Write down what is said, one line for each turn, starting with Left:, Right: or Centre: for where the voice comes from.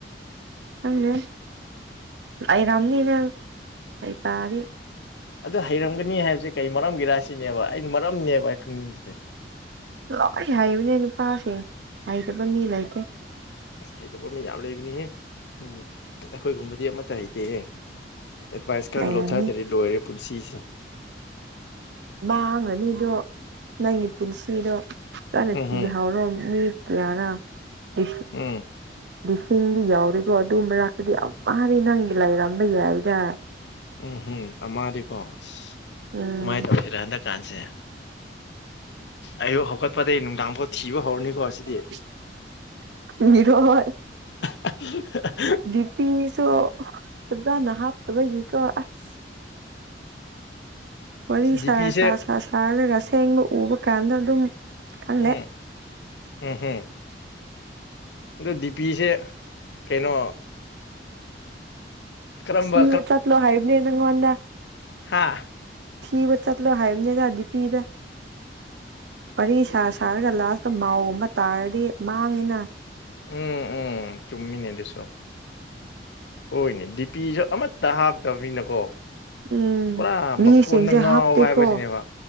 Right: ꯅꯪꯅꯦ ꯑꯩꯔꯝꯅꯤ ꯅ ꯑꯩ ꯇꯥꯔꯤ
Left: ꯑꯗꯨ ꯍꯩꯔꯝꯒꯅꯤ ꯍꯥꯏꯕꯁꯦ ꯀꯩ ꯃꯔꯝꯒꯤꯔꯥ ꯁꯤꯅꯦꯕ ꯑꯩꯅ ꯃꯔꯝꯅꯦꯕ ꯑꯩ ꯈꯪꯅꯤꯡꯕꯁꯦ
Right: ꯂꯣꯏ ꯍꯩꯕꯅꯦ ꯅꯨꯄꯥꯁꯦ ꯍꯩꯇꯕ ꯃꯤ ꯂꯩꯇꯦ
Left: ꯑꯁ ꯍꯩꯇꯕ ꯃꯤ ꯌꯥꯝ ꯂꯩꯕꯅꯤꯍꯦ ꯎꯝ ꯑꯩꯈꯣꯏꯒꯨꯝꯕꯗꯤ ꯑꯃꯠꯇ ꯍꯩꯇꯦꯍꯦ ꯑꯦꯗꯚꯥꯏꯁ ꯈꯔꯒ
Right: ꯍꯩꯔꯝꯅꯤ
Left: ꯂꯧꯊꯗꯔꯤ ꯂꯣꯏꯔꯦ ꯄꯨꯟꯁꯤꯁꯦ
Right: ꯃꯥꯡꯉꯅꯤꯗꯣ ꯅꯪꯒꯤ ꯄꯨꯟꯁꯤꯗꯣ ꯆꯥꯅ
Left: ꯎꯝ
Right: ꯊꯤꯕꯍꯥꯎꯔꯣ
Left: ꯍꯝ
Right: ꯃꯤ ꯀꯔ ꯁ
Left: ꯎꯝ
Right: ꯂꯤꯁꯤꯡꯗꯤ ꯌꯥꯎꯔꯤꯀꯣ ꯑꯗꯨ ꯃꯔꯥꯛꯛꯇꯗꯤ ꯑꯗꯤ ꯅꯪꯒꯤ ꯂꯥꯏꯔꯝꯕ ꯌꯥꯏꯗ
Left: ꯎꯝ ꯎꯝ ꯑꯃꯗꯤꯗꯤꯀꯣ ꯑꯁ
Right: ꯎꯝ
Left: ꯀꯃꯥꯏꯅ ꯇꯧꯔꯦ ꯍꯟꯗꯛꯀꯥꯟꯁꯦ ꯑꯩ ꯍꯛꯠ ꯄꯥꯇꯩ ꯗꯝꯄꯔ ꯊꯔꯤꯕ ꯍꯔꯅꯤ ꯀꯣꯁꯤ
Right: <unintelligible>
Left: <unintelligible>
Right: ꯗꯤꯄꯤꯁꯨ ꯐꯖꯥꯅ ꯍꯥꯞꯇꯕꯒꯤ ꯀꯣ ꯑꯁ ꯋꯥꯔꯤ
Left: ꯗꯤꯄꯤꯁꯦ
Right: ꯁꯥ ꯁꯥ ꯁꯥ ꯁꯥꯔꯒ ꯑꯁꯦꯡꯕ ꯎꯕ ꯀꯥꯟꯗ ꯑꯗꯨꯝ ꯈꯪꯂꯦ
Left: ꯑꯦ ꯑꯦꯍ‌ꯦ ꯑꯗꯣ ꯗꯤꯄꯤꯁꯦ ꯀꯩꯅꯣ ꯀꯔꯝꯕ
Right: ꯁꯤꯕ ꯆꯠꯂꯣ ꯍꯥꯏꯕꯅꯦ ꯅꯪꯉꯣꯟꯗ
Left: ꯍꯥꯥ
Right: ꯊꯤꯕ ꯆꯠꯂꯣ ꯍꯥꯏꯕꯅꯤꯗ ꯗꯤꯄꯤꯗ‌ꯣ ꯋꯥꯔꯤ ꯁꯥ ꯁꯥꯔꯒ ꯂꯥꯁꯇ ꯃꯥꯎꯒꯨꯝꯕ ꯇꯥꯔꯗꯤ ꯃꯥꯡꯉꯤꯅ
Left: ꯎꯝ ꯎꯝ ꯆꯨꯝꯃꯤꯅꯦ ꯑꯗꯨꯁꯨ ꯍꯣꯏꯅꯦ ꯗꯤꯄꯤꯁꯨ ꯑꯃꯠꯇ ꯍꯥꯞꯇꯕꯅꯤꯅꯀꯣ
Right: ꯎꯝ
Left: ꯄꯨꯔꯥ
Right: ꯃꯤꯁꯤꯡꯁꯦ
Left: ꯃꯈꯣꯟꯗ ꯉꯥꯎ
Right: ꯍꯥꯞꯇꯦꯀꯣ
Left: ꯍꯥꯏꯕꯁꯤꯅꯦꯕ